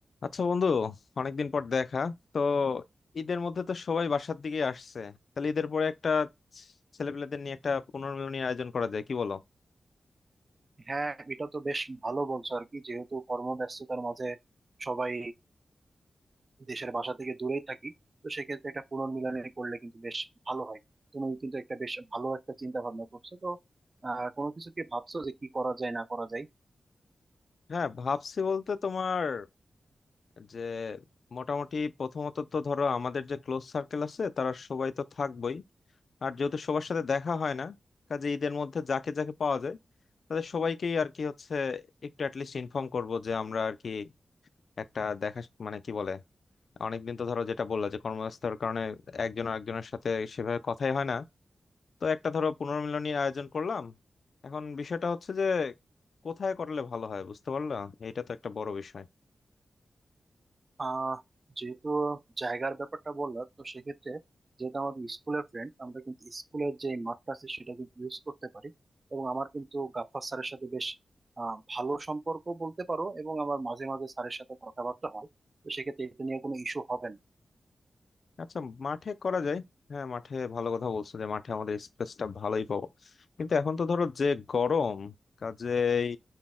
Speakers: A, on the left; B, on the right.
A: আচ্ছা বন্ধু অনেকদিন পর দেখা তো ঈদের মধ্যে তো সবাই বাসার দিকে আসছে তাহলে ঈদের পরে একটা ছেলেপেলেদের নিয়ে একটা পুনর্মিলনীর আয়োজন করা যায় কি বলো
B: হ্যাঁ এটা তো বেশ ভালো বলছো আর কি যেহেতু কর্মব্যস্ততার মাঝে সবাই দেশের বাসা থেকে দূরেই থাকি তো সেক্ষেত্রে একটা পুনর্মিলনী করলে কিন্তু বেশ ভালো হয় তুমি কিন্তু একটা বেশ ভালো একটা চিন্তা ভাবনা করছো তো আহ কোনো কিছু কি ভাবছো যে কি করা যায় না করা যায়
A: হ্যাঁ ভাবছি বলতে তোমার যে মোটামুটি প্রথমত তো ধরো আমাদের যে ক্লোজ সার্কেল আছে তারা সবাই তো থাকবই আর যেহেতু সবার সাথে দেখা হয় না কাজে ঈদের মধ্যে যাকে যাকে পাওয়া যায় তাদের সবাইকেই আর কি হচ্ছে একটু অ্যাটলিস্ট ইনফর্ম করব যে আমরা আর কি একটা দেখা মানে কি বলে অনেকদিন তো ধরো যেটা বললা যে কর্মব্যস্ততার কারণে একজন আরেকজনের সাথে সেভাবে কথাই হয় না তো একটা ধরো পুনর্মিলনীর আয়োজন করলাম এখন বিষয়টা হচ্ছে যে কোথায় করলে ভালো হয় বুঝতে পারলা এটা তো একটা বড় বিষয়
B: আহ যেহেতু জায়গার ব্যাপারটা বললাম তো সেক্ষেত্রে যেহেতু আমাদের স্কুলের ফ্রেন্ড আমরা কিন্তু স্কুলের যে মাঠটা আছে সেটা কিন্তু ইউজ করতে পারি এবং আমার কিন্তু গাফফার স্যারের সাথে বেশ আহ, ভালো সম্পর্ক বলতে পারো এবং আমার মাঝে মাঝে স্যারের সাথে কথাবার্তা হয় তো সেক্ষেত্রে এটা নিয়ে কোনো ইস্যু হবে না
A: আচ্ছা মাঠে করা যায় হ্যাঁ মাঠে ভালো কথা বলছো যে মাঠে আমাদের স্পেসটা ভালোই পাবো কিন্তু এখন তো ধরো যে গরম কাজেই